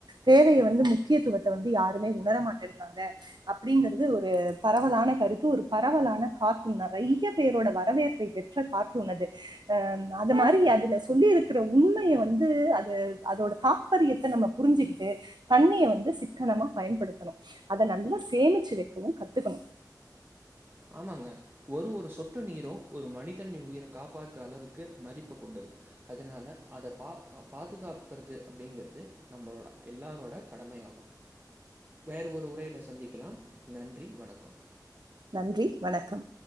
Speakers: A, on the right; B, on the right.
A: தேவைய வந்து முக்கியத்துவத்த வந்து யாருமே உணர மாட்டேன்றாங்க அப்டிங்கறது ஒரு பரவலான கருத் து ஒரு பரவலான கார்ட்டூன் நறைய பேரோட வரவேற்பை பெற்ற கார்ட்டூன் அது அ அது மாரி அதுல சொல்லி இருக்கிற உண்மைய வந்து அது அதோட தாக் ரியத்த நம்ம புரிஞ்சுக்கிட்டு தண்ணிய வந்து சிக்கனமா பயன்படுத்தணு அத நல்லா சேமிச்சு வைக்கவு கத்துக்கணு
B: ஆமாங்க ஒரு ஒரு சொட்டு நீரு ஒரு மனிதனின் உயிர காப்பாற்ற அளவுக்கு மதிப்பு கொண்டது அதனால அத பா பாதுகாப்பறது அப்டிங்கற்தூ நம்மளோட எல்லாரோட கடமையாகு வேறு ஒரு உரையில சந்திக்கலாம் நன்றி வணக்கம்
A: நன்றி வணக்கம்